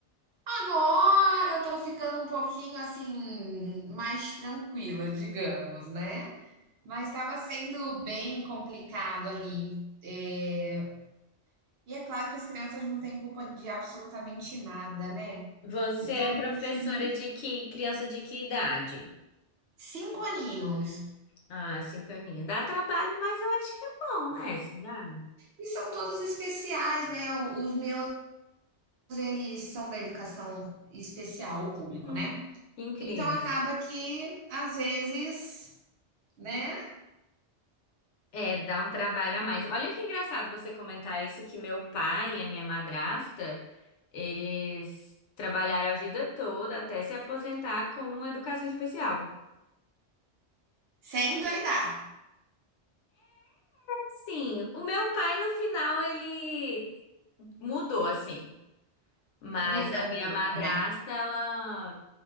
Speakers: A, on the right; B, on the left.
A: agora eu tô ficando um pouquinho assim mais tranquila, digamos, né? Mas estava sendo bem complicado ali. É, E é claro que as crianças não têm culpa de absolutamente nada, né?
B: Você
A: Então
B: é professora
A: eu preferi
B: de que criança de que idade?
A: Cinco aninhos.
B: Ah, cinco aninhos. Dá trabalho, mas eu acho que é bom, né, essa idade?
A: E são todos especiais, né? Os meus, eles são da educação especial, o público,
B: Hum,
A: né?
B: que incrível.
A: Então acaba que, às vezes, né?
B: É, dá um trabalho a mais. Olha que engraçado você comentar isso, que meu pai e a minha madrasta, eles trabalharam a vida toda até se aposentar com educação especial.
A: Sem doidar.
B: Sim, o meu pai no final ele mudou assim, mas
A: Muda
B: a minha
A: um pouco,
B: madrasta
A: né?
B: ela